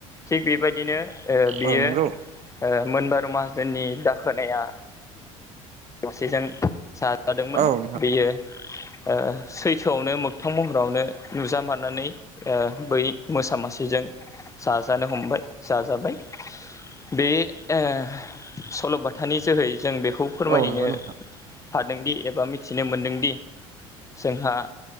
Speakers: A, on the left (about 20°); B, on the right (about 40°).
A: थिग बेबायदिनो ओ बियो
B: औ नंगौ
A: ओ मोनबारु माहाजोननि दाहोनाया। दसेजों साजादोंमोन
B: औ नोंथां
A: बेयो ओ सैथोआवनो मोगथां महरावनो नुजा मानानै ओ बै मोसा मासेजों जाजानो हमबाय जाजाबाय। बे ओ सल'बाथानि जोहै जों बेखौ फोरमायनो
B: औ नंगौ नोंथां
A: हादोंदि एबा मिथिनो मोनदोंदि जोंहा